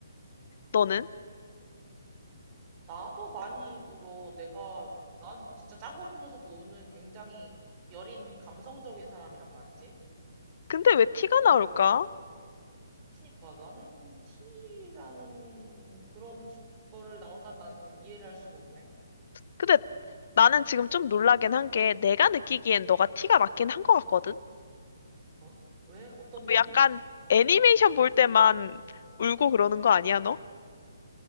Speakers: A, on the left; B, on the right.
A: 너는?
B: 나도 많이 울어. 내가, 난 진짜 짠 거 보면서도 우는 굉장히 여린 감성적인 사람이란 말이지.
A: 근데 왜 티가
B: 그런데,
A: 나올까?
B: 그니까 나는 T라는 그런 수- 거를 나온다는 나는 이해를 할 수가 없네.
A: 근데 나는 지금 좀 놀라긴 한 게 내가 느끼기엔 너가 티가 맞긴 한 거 같거든?
B: 어? 왜? 어떤
A: 어,
B: 면이?
A: 약간 애니메이션 볼 때만 울고 그러는 거 아니야, 너?